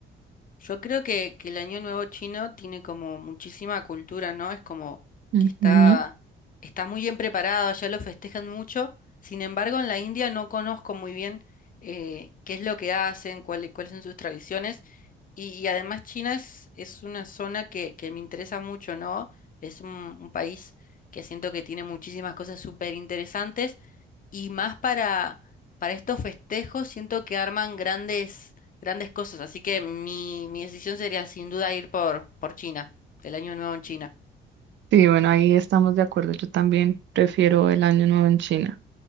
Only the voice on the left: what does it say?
Yo creo que, que el Año Nuevo chino tiene como muchísima cultura, ¿no? Es como
que está, está muy bien preparado, allá lo festejan mucho. Sin embargo, en la India no conozco muy bien eh, qué es lo que hacen, cuáles cuáles son sus tradiciones. Y, y además China es, es una zona que, que me interesa mucho, ¿no? Es un, un país que siento que tiene muchísimas cosas súper interesantes y más para, para estos festejos siento que arman grandes, grandes cosas, así que mi, mi decisión sería sin duda ir por, por China, el año nuevo en China.